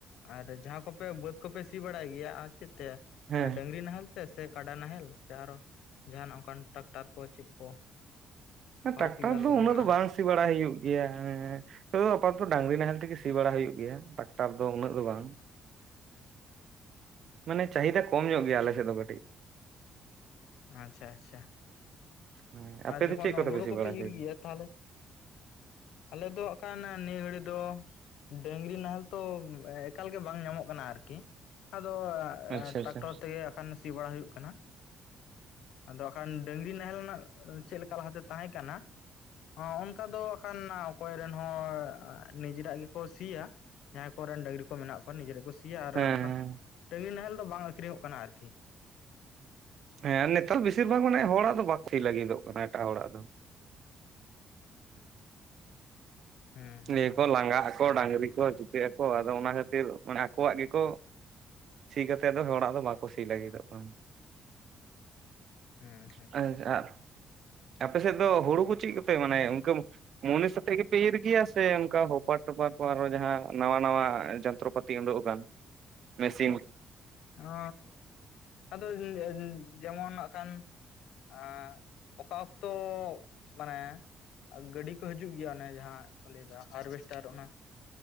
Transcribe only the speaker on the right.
ᱦᱮᱸ
ᱴᱨᱟᱠᱴᱟᱨ
ᱫᱚ
ᱩᱱᱟᱹᱜ ᱫᱚ ᱵᱟᱝ ᱥᱤ ᱵᱟᱲᱟ ᱦᱩᱭᱩᱜ ᱜᱮᱭᱟ ᱦᱮᱸᱻ ᱛᱚ ᱟᱯᱟ ᱫᱚ ᱰᱟᱝᱨᱤ ᱱᱟᱦᱮᱞ ᱛᱮᱜᱮ ᱥᱤ ᱵᱟᱲᱟ ᱦᱳᱭ ᱜᱮᱭᱟ ᱴᱟᱠᱴᱟᱨ ᱫᱚ ᱩᱱᱟᱹᱜ ᱫᱚ ᱵᱟᱝ ᱢᱟᱱᱮ ᱪᱟᱦᱤᱫᱟ ᱠᱚᱢ ᱧᱚᱜ ᱜᱮᱭᱟ ᱟᱞᱮ ᱥᱮᱫ ᱫᱚ ᱠᱟᱹᱴᱤᱡ
ᱦᱮᱸ ᱟᱯᱮ
ᱫᱚ
ᱪᱮᱫ ᱠᱚᱛᱮ
ᱯᱮ ᱥᱤ
ᱵᱟᱲᱟ ᱦᱚᱪᱚᱭ
ᱟᱪᱪᱷᱟ
ᱟᱪᱪᱷᱟ
ᱦᱮᱸ
ᱦᱮᱸ ᱱᱮᱛᱟᱨ ᱫᱚ ᱵᱮᱥᱤᱨ ᱵᱷᱟᱜᱽ ᱢᱟᱱᱮ ᱦᱚᱲᱟᱜ ᱫᱚ ᱵᱟᱠᱚ ᱥᱤ ᱞᱟᱹᱜᱤᱫᱚᱜ ᱠᱟᱱᱟ ᱮᱴᱟᱜ ᱦᱚᱲᱟᱜ ᱫᱚ᱾
ᱞᱟᱹᱭᱟ ᱠᱚ ᱞᱟᱸᱜᱟᱜ ᱟᱠᱚ ᱰᱟᱝᱨᱤ ᱠᱚ ᱪᱩᱴᱟᱹᱜ ᱟᱠᱚ ᱟᱫᱚ ᱚᱱᱟ ᱠᱷᱟᱹᱛᱤᱨ ᱢᱟᱱᱮ ᱟᱠᱚᱣᱟᱜ ᱜᱮᱠᱚᱼ ᱥᱤ ᱠᱟᱛᱮᱜ ᱫᱚ ᱦᱚᱲᱟᱜ ᱫᱚ ᱵᱟᱠᱚ ᱥᱤ ᱞᱟᱹᱜᱤᱫᱚᱜ ᱠᱟᱱᱟ᱾
<unintelligible>
ᱟᱯᱮ ᱥᱮᱫ ᱫᱚ ᱦᱩᱲᱩ ᱠᱚ ᱪᱮᱫᱼᱼ ᱢᱟᱱᱮ ᱚᱱᱠᱩ ᱢᱩᱱᱤᱥ ᱟᱛᱮ ᱜᱮ ᱤᱨ ᱜᱮᱭᱟ᱾ ᱥᱮ ᱚᱱᱠᱟ ᱦᱚᱯᱟᱨ ᱴᱚᱯᱟᱨ ᱠᱚ ᱟᱨᱚ ᱡᱟᱦᱟᱸ ᱱᱟᱣᱟ ᱱᱟᱣᱟ ᱡᱚᱱᱛᱨᱚᱯᱟᱛᱤ ᱩᱰᱩᱠ ᱟᱠᱟᱱ᱾ ᱢᱮᱥᱤᱱ